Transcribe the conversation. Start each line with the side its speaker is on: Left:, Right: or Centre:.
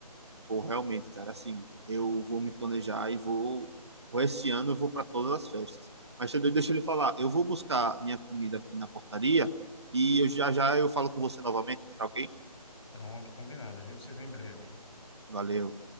Right: pô, realmente, cara, assim, eu vou me planejar e vou... vou esse ano eu vou para todas as festas. Mas Xandão, deixa ele falar. Eu vou buscar minha comida aqui na portaria e eu já já eu falo com você novamente, tá ok?
Left: Pronto, combinado. A gente se vê em breve.
Right: Valeu.